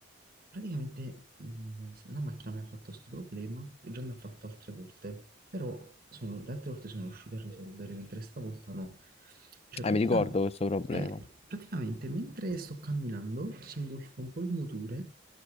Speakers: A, on the right; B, on the left.
A: praticamente mh, la macchina mi ha fatto questo problema, che già mi ha fatto altre volte, però sono- le altre volte sono riuscito a risolvere, mentre stavolta no. Cioè
B: Ah,
A: pratica-
B: mi ricordo questo problema.
A: eh, praticamente mentre sto camminando si ingolfa un po' il motore